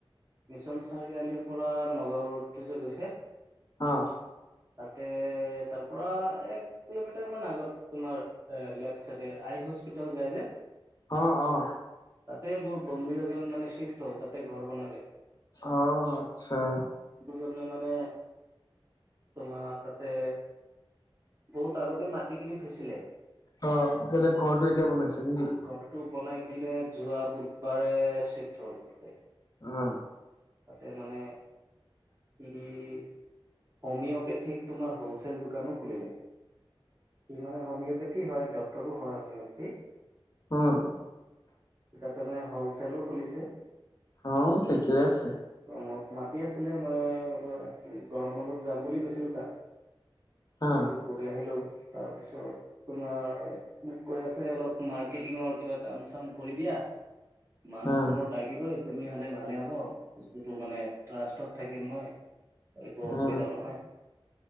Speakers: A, on the right; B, on the left.
A: মিছন চাৰিআলিৰ পৰা নগাঁও ৰোডটো যে, গৈছে।
B: অ'।
A: তাতে, তাৰ পৰা এক কিলোমিটাৰ মান আগত। তোমাৰ এ, লেফ চাইডে আই হস্পিতাল যায় যে।
B: অ অ
A: তাতে মোৰ বন্ধু এজন মানে শ্বিফ্ট হ'ল, তাতে ঘৰ বনালে।
B: অ আচ্ছা
A: দুজনে মানে তোমাৰ তাতে বহুত আগতে মাটি কিনি থৈছিলে।
B: অ বোলে ঘৰটো এতিয়া বনাইছে নেকি?
A: ঘৰটো বনাই কিলে যোৱা বুধবাৰে চিফ্ট হ'ল তাতে,
B: অ
A: তাতে মানে হিই হোমিওপেথিক তোমাৰ হ'লচেল দোকানো খুলিলে। সি মানে হোমিওপেথিক হয় ডক্তৰো হয় হোমিওপেথিক।
B: অহ'
A: তাৰমানে হ'লচেলো খুলিছে।
B: অ ঠিকে আছে
A: তোৰ মোক মাতি আছিলে মই বোলোঁ আজি মই বোলোঁ যাম বুলি কৈছিলোঁ তাক
B: অ
A: আজি গৈ আহিলোঁ তাত। তাৰপিছত তোমাৰ মোক কৈ আছে অলপ মাৰ্কেটিঙৰ কিবা কাম চাম কৰিবি আহ। মানুহতো
B: অ
A: মোৰ লাগিবই তুমি হ'লে ভালে হ'ব বস্তুটো মানে ট্ৰাষ্টত থাকিম মই একো অসুবিধা
B: অ
A: নহয়।